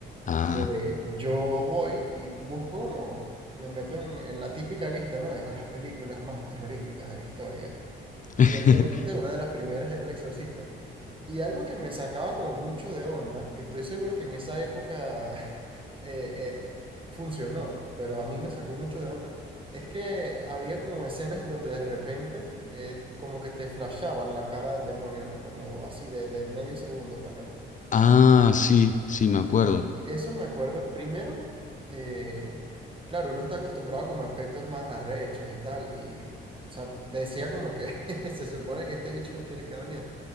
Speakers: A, on the left; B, on the right.
A: Ah,
B: Eh, yo voy y busco como, me meto en, en la típica lista, ¿no? De con las películas más terroríficas de la historia.
A: <laughs>
B: Y obviamente una de las primeras era El Exorcista. Y algo que me sacaba como mucho de onda, que estoy seguro que en esa época <laughs> eh, eh, funcionó, pero a mí me sacó mucho de onda, es que había como escenas en donde de repente eh, como que te flashaban la cara del demonio, ¿no? Como así de, de medio segundo, tácata.
A: ah, sí, sí, me acuerdo.
B: Y eso me acuerdo, primero, eh, claro, uno está acostumbrado como a efectos más arrechos y tal, y o sea, decía como que <laughs> se supone que este bicho me tiene que dar miedo.